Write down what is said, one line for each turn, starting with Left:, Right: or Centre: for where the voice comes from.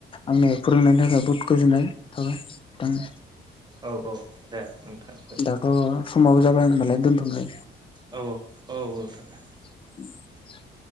Left: आंनि फोरोंनायनि थाखाय बहुद गोजोननाय थाबाय बिथांनो
Right: औ औ दे नोंथां
Left: दाथ' समाबो जाबाय होनोमबालाय दोन्थ'नाय
Right: औ औ औ औागोन
Left: उ